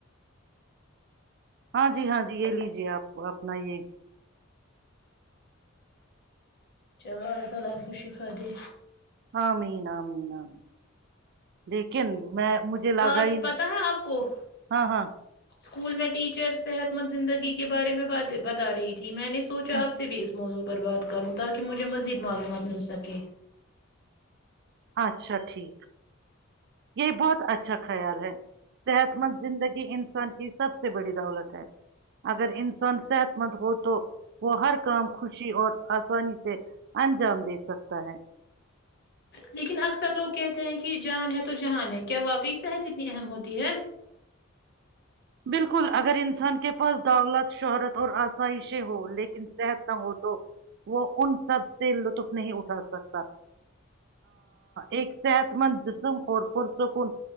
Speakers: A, on the right (about 55°); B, on the left (about 55°).
A: ہاں جی ہاں جی یہ لیجیے آپ اپنا یہ
B: چلو اللہ تعالی بشفری
A: ام نام نام لیکن میں مجھے لگا
B: آج
A: ہی
B: پتہ
A: نہیں
B: ہے آپ کو
A: ہاں ہاں
B: اسکول میں ٹیچر صحت مند زندگی کے بارے میں بات بتا رہی تھی میں نے سوچا
A: ہاں،
B: آ سے بھی اس موضوع برباد کروں تاکہ مجھے مزید معلومات مل سکے
A: اچھا ٹھیک یہ بہت اچھا خیال ہے صحت مند زندگی انسان کی سب سے بڑی دولت ہے اگر انسان صحت مند ہو تو وہ ہر کام خوشی اور آسانی سے انجام دے سکتا ہے
B: لیکن اکثر لوگ کہتے ہیں کہ جان ہے تو جہان ہے کیا واقعی صحت اتنی اہم ہوتی ہے
A: بالکل اگر انسان کے پاس دولت شہرت اور آسائشیں ہو لیکن صحت نہ ہو تو وہ ان سب سے لطف نہیں اٹھا سکتا ایک صحت مند جسم اور پرسکون